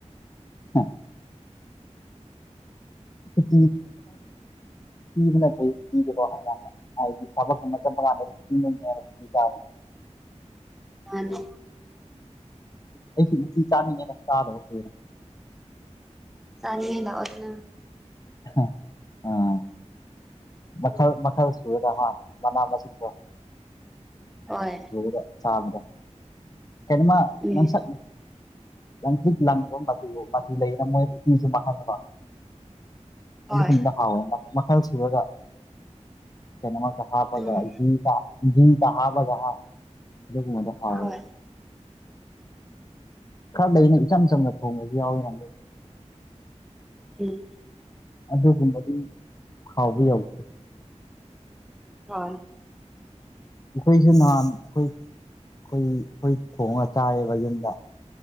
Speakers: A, on the left; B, in the centre.
A: ꯍꯝ <unintelligible> ꯄꯤꯕꯅꯐꯩ ꯇꯤꯖꯦꯀꯣ <unintelligible> ꯍꯥꯏꯗꯤ ꯊꯕꯛꯀꯨꯝꯕ ꯆꯠꯄ ꯀꯥꯟꯗ <unintelligible> ꯆꯥꯕ
B: ꯃꯥꯅꯤ
A: ꯑꯩꯁꯨ ꯎꯠꯇꯤ ꯆꯥꯅꯤꯡꯉꯦꯗ ꯆꯥꯗꯕ ꯀꯨꯢꯔꯦ
B: ꯆꯥꯅꯤꯡꯉꯩ ꯂꯥꯛꯑꯣꯗꯅ
A: <unintelligible> ꯃꯈꯜ ꯃꯈꯜ ꯁꯨꯨꯔꯒ ꯍꯥ ꯃꯅꯥ ꯃꯁꯤꯡꯗꯣ
B: ꯍꯣꯏ
A: ꯁꯨꯔꯒ ꯆꯥꯕꯗꯣ ꯀꯩꯅꯣꯃ
B: ꯎꯝ
A: ꯉꯥꯡꯁꯛ ꯂꯪꯇ꯭ꯔꯤꯛ ꯂꯪꯕ ꯃꯆꯨ ꯃꯆꯨ ꯂꯩꯌꯦꯅ ꯃꯣꯏ ꯎꯇꯤꯁꯨ ꯃꯈꯜ <unintelligible>
B: ꯍꯣꯏ
A: ꯑꯗꯨꯒꯨꯝꯕ ꯍꯥꯎꯋꯦ ꯃ ꯃꯈꯜ ꯁꯨꯔꯒ ꯀꯩꯅꯣꯃ ꯍꯥꯞꯄꯒ
B: ꯎꯝ
A: ꯒꯤꯒ ꯒꯤꯒ ꯍꯥꯞꯄꯒ ꯍꯥ ꯑꯗꯨꯒꯨꯝꯕꯗꯣ ꯍꯥꯎꯋꯦꯕ
B: ꯍꯣꯏ
A: ꯈꯔ ꯂꯩꯅ ꯏꯆꯝ ꯆꯝꯅ ꯊꯣꯡꯕꯁꯨ ꯌꯥꯎꯋꯤꯅ
B: ꯎꯝ
A: ꯑꯗꯨꯒꯨꯝꯕꯗꯤ ꯍꯥꯎꯕ ꯌꯧꯗꯦ
B: ꯍꯣꯏ
A: ꯑꯩꯈꯣꯏꯁꯨ ꯅꯍꯥꯟ ꯑꯩꯈꯣꯏ ꯑꯩꯈꯣꯏ ꯈꯣꯏ ꯊꯣꯡꯉꯒ ꯆꯥꯏꯌꯦꯕ ꯌꯨꯝꯗ